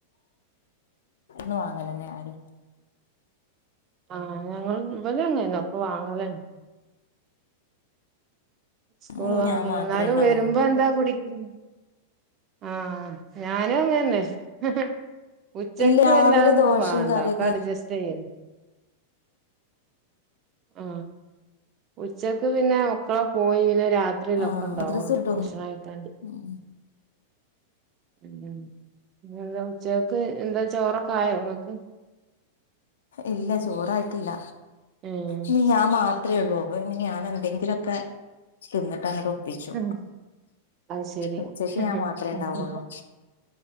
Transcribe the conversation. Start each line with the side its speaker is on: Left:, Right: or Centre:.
Left: എന്നും വാങ്ങല്ന്നെ എല്ലാരും.
Right: ആ. ഞങ്ങള് ഇവരും അങ്ങനാ. ക്കെ വാങ്ങലാണ്. സ്കൂള്
Left: അത്
Right: വാങ്ങല്.
Left: ഞാൻ മാത്രമേ
Right: എന്നാലും
Left: ഉണ്ടാവുള്ളൂ
Right: വരുമ്പം എന്താ കുടി മ് ആ ഞാനും അങ്ങനെ. മ്മ്ഹ് ഉച്ചക്ക്
Left: ഇല്ല രാവിലെ
Right: വല്ലാതോന്നും
Left: ദോശയും
Right: വേണ്ട
Left: കറിയൊക്കെ
Right: ഒക്കെ അഡ്ജസ്റ്റ് ചെയ്യും <inaudible> ആ. ഉച്ചക്ക് പിന്നെ ഒക്ക പോയി. പിന്നെ... രാത്രിയിൽ
Left: ആഹ്
Right: ഒപ്പണ്ടാവുള്ളൂ.
Left: മദ്രസ വിട്ടൊന്ന്
Right: ഭക്ഷണം കഴിക്കാണ്ട്
Left: ഉം
Right: ഉം. പിന്നെന്താ ഉച്ചക്ക് എന്താ ചോറൊക്കെ ആയോ നിങ്ങക്ക്.
Left: ഇല്ല ചോറായിട്ടില്ല
Right: ഏഹ്
Left: ഇനി ഞാൻ മാത്രമേ ഉള്ളു ഇപ്പഞ്ഞി ഞാനെന്തങ്കിലോക്കെ എന്നിട്ടങ്ങണ്ടോപ്പിച്ചൂ.
Right: ഏഹ് അത് ശരി
Left: ഉച്ചക്ക് ഞാൻ മാത്രമേ
Right: ഉം
Left: ഉണ്ടാവുള്ളൂ.
Right: ഉം.